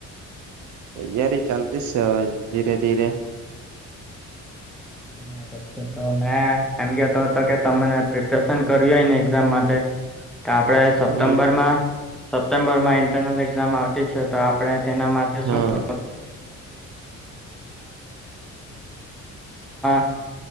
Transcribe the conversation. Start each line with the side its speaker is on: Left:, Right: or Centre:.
Right: તૈયારી ચાલતીસ ધીરે ધીરે
Centre: <unintelligible> તો મેં એમ કેતો હતો કે તને પ્રિપરેશન કર્યું હોય ને એક્ઝામ માટે તો આપડણે સપ્ટેમ્બરમાં
Right: હમ
Centre: સપ્ટેમ્બર માં ઇન્ટરનલ એઝામ આવત તી છે તો આપણે તેના માટે શું
Right: હા
Centre: માં <unintelligible>